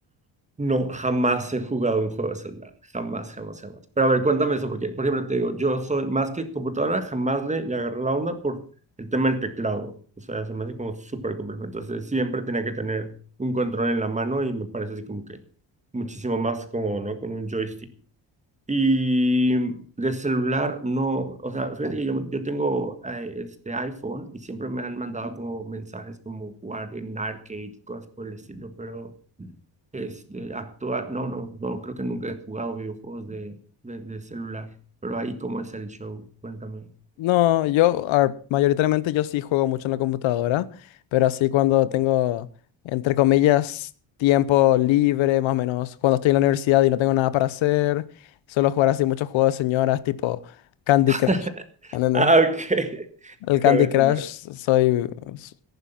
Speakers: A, on the right; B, on the left.
A: no, jamás he jugado un juego de celular. Jamás, jamás, jamás. Pero a ver, cuéntame eso, porque, por ejemplo, te digo, yo soy más que computadora, jamás le, le agarré la onda por el tema del teclado. O sea, se me hace como súper complejo. Entonces, siempre tenía que tener un control en la mano y me parece así como que muchísimo más como, ¿no? Con un joystick. Y de celular no, o sea, fíjate que yo, yo tengo eh, este iPhone y siempre me han mandado como mensajes como jugar en arcade, cosas por el estilo, pero este, actual, no, no, no, creo que nunca he jugado videojuegos de, de, de celular, pero ahí cómo es el show, cuéntame.
B: No, yo ah, mayoritariamente yo sí juego mucho en la computadora, pero así cuando tengo, entre comillas, tiempo libre, más o menos, cuando estoy en la universidad y no tengo nada para hacer, suelo jugar así muchos juegos de señoras tipo Candy
A: <laughs>
B: Crush. ¿Entendés?
A: Ah, ok. <laughs>
B: El Candy
A: Juego,
B: Crush
A: señora.
B: soy, s-